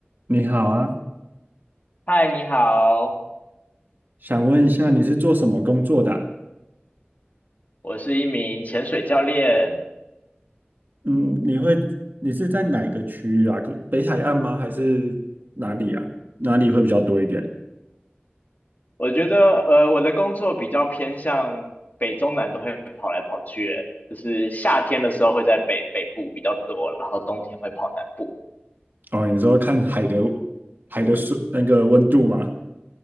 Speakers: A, on the right; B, on the left.
A: 你好啊，
B: 嗨，你好，
A: 想问一下你是做什么工作的啊
B: 我是一名潜水教练。
A: 嗯，你会，你是在哪个区域啊？可北海岸吗？还是哪里啊？哪里会比较多一点？
B: 我觉得，呃，我的工作比较偏向北中南都会跑来跑去，欸就是夏天的时候会在北北部比较多，然后冬天会跑南部。
A: 哦，你说看海的海的水那个温度吗？